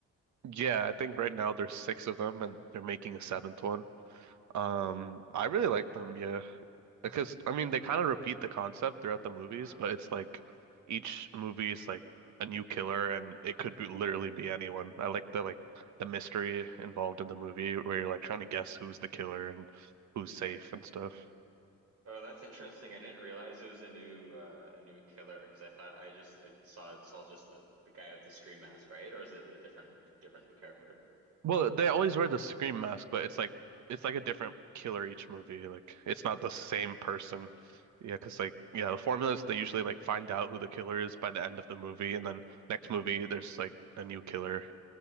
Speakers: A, on the right (about 70°); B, on the right (about 55°).
A: Yeah, I think right now there's six of them and they're making a seventh one. Um, I really like them. Yeah. Because I mean, they kind of repeat the concept throughout the movies,
B: Uh-huh.
A: but it's like each movie is like a new killer, and it could be literally
B: Okay.
A: be anyone. I like the like the mystery involved in the movie where you're like trying to guess who's the killer and who's safe and stuff.
B: Oh, that's interesting. I didn't realize it was a new uh, a new killer because I thought I just I saw saw just the the guy with the Scream mask, right? Or is it a different different character?
A: Well, they always wear the scream mask, but it's like it's like a different killer each movie. Like it's not
B: Okay.
A: the same person.
B: Okay.
A: Yeah, because like yeah, the formula is they usually like find out who the killer is by the end of the movie, and then next movie there's like a new killer.